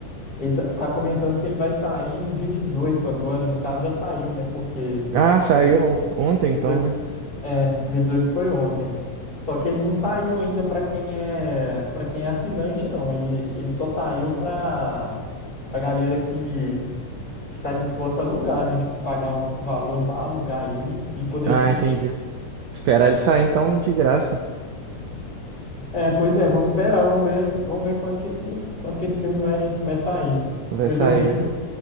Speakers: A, on the left; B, on the right.
A: Ele tá tá comentando que ele vai sair no dia 18 agora. No caso, já saiu, né? Porque
B: Ah, saiu
A: dia
B: ontem
A: dezoito
B: então, né?
A: é, dia 18 foi ontem. Só que ele não saiu ainda para quem é para quem é assinante, não. Ele, ele só saiu para para galera que, que tá disposta a alugar, né? Tipo, pagar um valor lá, alugar ele e poder
B: Ah,
A: assistir.
B: entendi. Esperar ele sair então de graça.
A: É, pois é, vamos esperar, vamos ver, vamos ver quanto que esse, quanto que esse filme vai, vai sair.
B: Vai
A: Mas
B: sair.
A: eu vi,